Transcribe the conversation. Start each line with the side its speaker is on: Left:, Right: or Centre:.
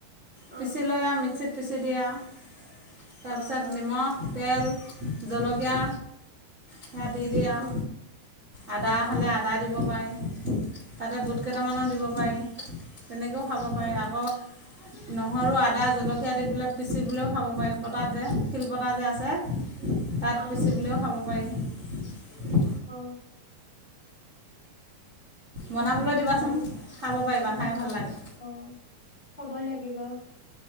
Right: পিচি
Left: অ
Right: লৈ আৰু মিক্সিত পিছি দিয়ে আও। তাৰপিছত
Left: অ অ
Right: নিমখ, তেল জলকীয়া সেয়া দি দিয়ে আও।
Left: অ
Right: আদা খালে
Left: অ
Right: আদা দিব পাৰি। তাতে বুট কেইটামানো দিব পাৰি। তেনেকৈও খাব পাৰি।
Left: উম
Right: আকৌ নহৰু, আদা, জলকীয়া দি পেলাই পিচি পেলাইও খাব পাৰি পতাত যে শিল পতা যে আছে। তাত
Left: অ
Right: পিচিবিলেও খাব পাৰি। পাৰি।
Left: অ।
Right: বনাবলৈ
Left: উম
Right: দিবাচোন,
Left: বনাব
Right: খাব পাৰিবা।
Left: উম
Right: খাই ভাল লাগে।
Left: অ কব লাগিব।